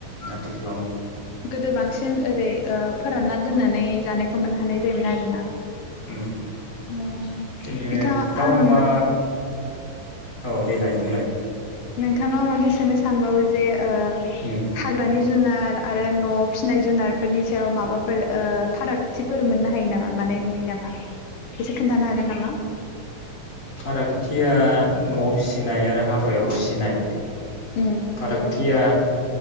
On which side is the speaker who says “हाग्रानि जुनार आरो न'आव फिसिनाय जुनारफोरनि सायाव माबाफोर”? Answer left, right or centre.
Left